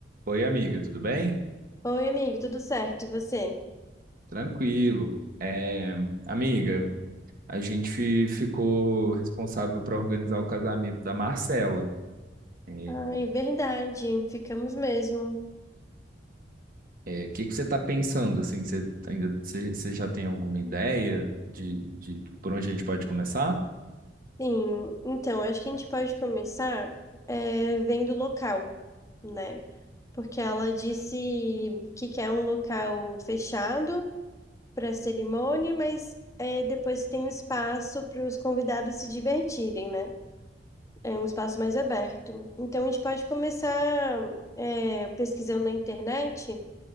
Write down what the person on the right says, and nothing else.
Oi, amiga, tudo bem?
Tranquilo. É, amiga, a gente fi- ficou responsável para organizar o casamento da Marcela. É,
é, o que que você está pensando assim? Você ainda você, você já tem alguma ideia de, de por onde a gente pode começar?